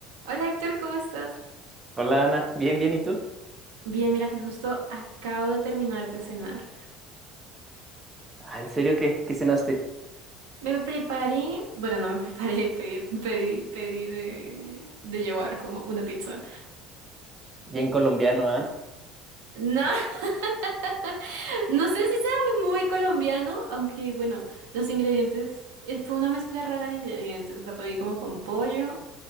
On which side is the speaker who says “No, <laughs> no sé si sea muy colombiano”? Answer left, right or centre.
Right